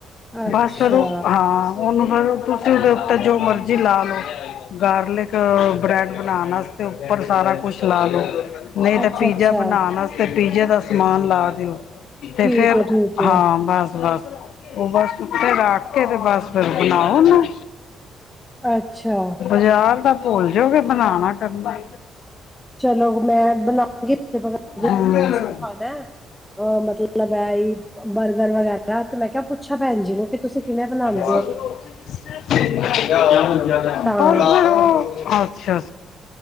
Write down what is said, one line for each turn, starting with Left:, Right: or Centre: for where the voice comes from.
Centre: ਅੱਛਾ,
Left: ਬਸ ਫੇਰ ਉਹ ਹਾਂ, ਉਹਨੂੰ ਫੇਰ ਤੁਸੀਂ ਪਰ ਜੋ ਮਰਜੀ ਲਾ ਲੋ, ਗਾਰਲਿਕ ਬ੍ਰੈ ਬਣਾਣ ਆਸਤੇ ਉੱਪਰ ਸਾਰਾ ਕੁਛ ਲਾ ਲੋ, ਨਈ ਤੇ
Centre: ਅੱਛਾ-ਅੱਛਾ,
Left: ਪੀਜ਼ਾ ਬਣਾਣ ਆਸਤੇ ਪੀਜ਼ੇ ਦਾ ਸਮਾਨ ਲਾ ਦਿਓ। ਤੇ
Centre: ਠੀਕ
Left: ਫਿਰ,
Centre: ਐ, ਠੀਕ
Left: ਹਾਂ,
Centre: ਐ,
Left: ਬਸ-ਬਸ। ਉਹ ਬਸ ਉਤੇ ਰੱਖ ਕੇ, ਤੇ ਬਸ ਫਿਰ ਬਣਾਓ ਉਹਨੂੰ।
Centre: ਅੱਛਾ।
Left: ਬਜਾਰ ਦਾ ਭੁੱਲ ਜੋਗੇ, ਬਣਾਉਣਾ ਕਰਨਾ।
Centre: ਚਲੋ ਮੈਂ ਬਣਾਓਗੀ <unintelligible>
Left: ਹਮ
Centre: ਖਾਣਾ ਏ? ਅਹ ਮਤਲਬ ਏ ਈ, ਬਰਗਰ ਵਗੈਰਾ, ਤੇ ਮੈਂ ਕਿਹਾ ਪੁੱਛਾ ਭੈਣ ਜੀ ਨੂੰ, ਕਿ ਤੁਸੀਂ ਕਿਵੇਂ ਬਣਾਉਂਣ
Left: <unintelligible>
Centre: ਤਾਂ
Left: ਅੱਛਾ-ਅੱਛਾ।